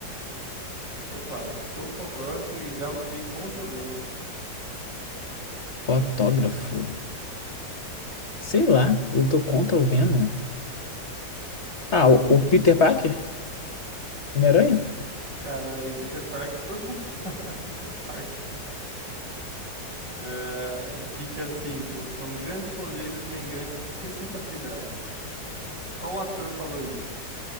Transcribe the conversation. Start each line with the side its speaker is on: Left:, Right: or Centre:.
Right: Acho que é quase. Sou fotógrafo e já lutei contra o Venom.
Left: O autógrafo. Sei lá, eu tô contra o Venom. Ah, o,
Right: É,
Left: o Peter Parker? Homem-Aranha?
Right: cara, e Peter Parker, todos são <laughs> Peter Parker. Ah, dica cinco Com grandes poderes vem grandes responsabilidades. Qual ator falou isso?